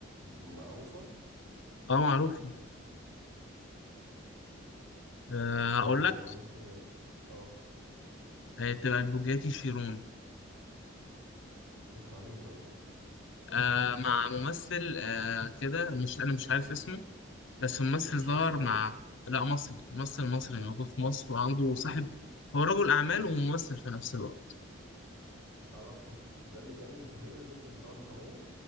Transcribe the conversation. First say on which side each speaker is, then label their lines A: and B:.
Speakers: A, on the right; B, on the left.
A: معروفة
B: اه معروف آه هقول
A: ما هو
B: لك
A: طبعا ممكن اه
B: هتبقى البوجاتي شيرون
A: كانت مع مين طيب
B: آه مع ممثل آه كده مش انا مش عارف اسمه بس ممثل
A: مش
B: ظهر
A: مصري يعني
B: مع لا مصري ممثل مصري موجود في مصر وعنده صاحب هو رجل اعمال وممثل في نفس الوقت
A: عرفته ده اللي كان في فيلم البت اللي بتطلع محامية